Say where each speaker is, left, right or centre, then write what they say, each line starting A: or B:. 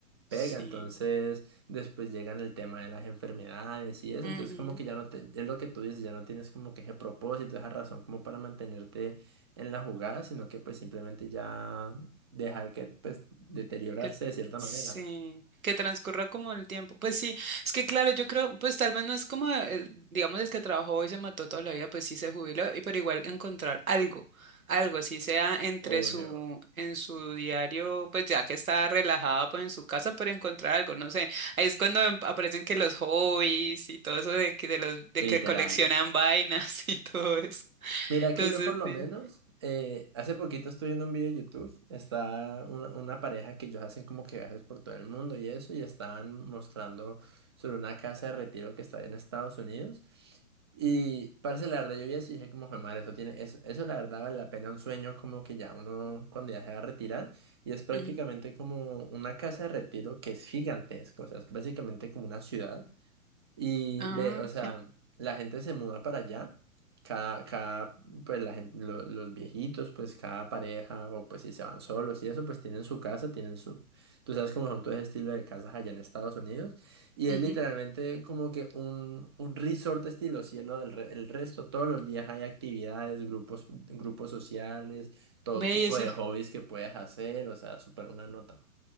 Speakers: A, on the right; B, on the right.
A: pega,
B: Sí.
A: entonces después llegan el tema de las enfermedades y eso,
B: ujú,
A: entonces como que ya no te, es lo que tú dices, ya no tienes como que ese propósito, esa razón como para mantenerte en la jugada, sino que pues simplemente ya dejar que pues deteriorarse
B: Que,
A: de cierta
B: sí.
A: manera.
B: Que transcurra como el tiempo. Pues sí, es que claro, yo creo, pues tal vez no es como el, digamos, el que trabajó y se mató toda la vida, pues sí se jubiló, y pero igual encontrar algo, algo, así sea entre
A: Obvio.
B: su, en su diario, pues ya que está relajada, pues en su casa, pero encontrar algo, no sé. Ahí es cuando em- aparecen que los hobbies y todo eso de que, de los, de
A: Literal.
B: que coleccionan vainas <laughs> y todo eso.
A: Mira
B: Entonces,
A: que yo por lo
B: sí.
A: menos, eh, hace poquito estuve viendo un video de YouTube, está una, una pareja que ellos hacen como que viajes por todo el mundo y eso, y estaban mostrando sobre una casa de retiro que está en Estados Unidos. Y parce, la verdad yo vi eso y dije como, "Jue madre, eso tiene, eso, eso la verdad vale la pena un sueño como que ya uno cuando ya se va a retirar, y es prácticamente
B: ujú.
A: como una casa de retiro que es gigantesca, o sea, es básicamente como una ciudad. Y
B: Ah,
A: ve, o sea, la gente se muda para allá, cada, cada, pues la gente, los viejitos, pues cada pareja, o pues si se van solos y eso, pues tienen su casa, tienen su, tú sabes cómo son todo ese estilo de casas allá en Estados Unidos, y es
B: ujú.
A: literalmente como que un, un resort estilo cielo del re- el resto, todos los días hay actividades, grupos, grupos sociales, todo
B: Ve,
A: tipo
B: y eso
A: de hobbies que puedes hacer, o sea, súper una nota.